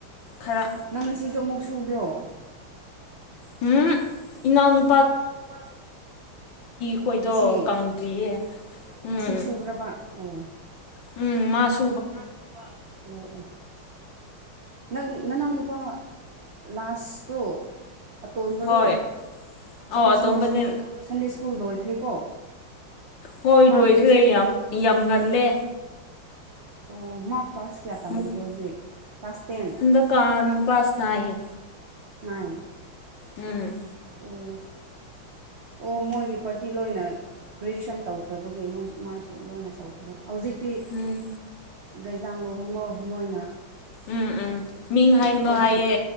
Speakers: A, on the left; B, on the right.
A: ꯈꯔ
B: ꯅꯪ ꯉꯁꯤꯁꯨ ꯑꯃꯨꯛ ꯁꯨꯕ꯭ꯔꯣ
A: ꯎꯝ ꯏꯟꯅꯅ
B: ꯎꯄꯥ
A: ꯈꯣꯏꯗꯣ
B: ꯉꯁꯤ
A: ꯀꯪꯗ꯭ꯔꯤꯌꯦ ꯎꯝ
B: ꯉꯁꯤ ꯁꯨꯕ꯭ꯔꯕ ꯑꯣ
A: ꯎꯝ ꯃꯥꯁ
B: ꯎꯝ ꯃꯥ ꯁꯣꯡꯕ ꯑꯣ ꯑꯣ ꯅꯪ ꯅꯅꯥꯎ ꯅꯨꯄꯥ ꯂꯥꯁꯇꯣ ꯑꯇꯣꯟꯕꯗꯣ
A: ꯍꯣꯏ ꯑꯧ
B: ꯑꯗꯨꯟꯗꯦꯨꯟꯗꯦ
A: ꯑꯇꯣꯝꯕꯅꯦ
B: ꯁꯀꯨꯜꯗ ꯐꯀꯣ
A: ꯍꯣꯏ
B: ꯃꯥꯒ꯭ꯟꯦ
A: ꯂꯣꯏꯈ꯭ꯔꯦ ꯌꯥꯝ ꯌꯥꯝ ꯉꯜꯂꯦ
B: ꯑꯣ ꯃꯥ ꯀꯥꯁ ꯀꯌꯥ ꯇꯝꯈ꯭ꯔꯒꯦ
A: ꯃꯨꯛ
B: ꯍꯧꯖꯤꯛ ꯄꯥꯁꯗꯨ
A: ꯍꯟꯗꯛꯀꯥꯟ ꯀ꯭ꯂꯥꯁ ꯅꯥꯏꯟ
B: ꯅꯥꯏꯟ
A: ꯎꯝ
B: ꯎꯝ ꯑꯣ ꯃꯣꯏꯒꯤ ꯄꯥꯔꯇꯤ ꯂꯣꯏꯅ ꯒ꯭ꯔꯦꯖꯨꯑꯦꯁꯟ ꯇꯧꯈ꯭ꯔꯕꯒꯤ ꯃꯣꯏ ꯃꯥꯁꯨ ꯂꯣꯏꯅ ꯇꯧꯗ ꯍꯧꯖꯤꯛꯇꯤ
A: ꯎꯝ
B: ꯒꯩꯖꯥꯡꯂ ꯃꯣꯏꯅ
A: ꯎꯝ ꯎꯝ ꯃꯤꯡ ꯍꯥꯏꯒꯅꯣ
B: ꯑꯩꯈꯣꯏꯗꯒꯤ
A: ꯍꯥꯏꯌꯦ